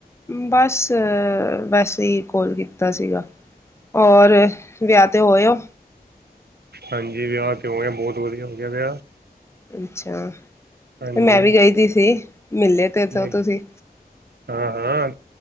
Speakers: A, on the left; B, on the right.
A: ਬਸ ਵੈਸੇ ਹੀ ਕੋਲ ਕੀਤਾ ਸੀਗਾ ਔਰ ਵਿਆਹ ਤੇ ਹੋਏਓ
B: ਹਾਂਜੀ ਵਿਆਹ ਕਿਉ ਗਿਆ ਬਹੁਤ ਵਧੀਆ ਹੋ ਗਿਆ ਵਿਆਹ
A: ਅੱਛਾ
B: ਹਾਂਜੀ
A: ਤੇ ਮੈਂ ਵੀ ਗਈ ਤ ਸੀ ਮਿਲਲੇ ਤੇ ਸੋ
B: ਨਹੀਂ
A: ਤੁਸੀਂ
B: ਹਾਂ ਹਾਂ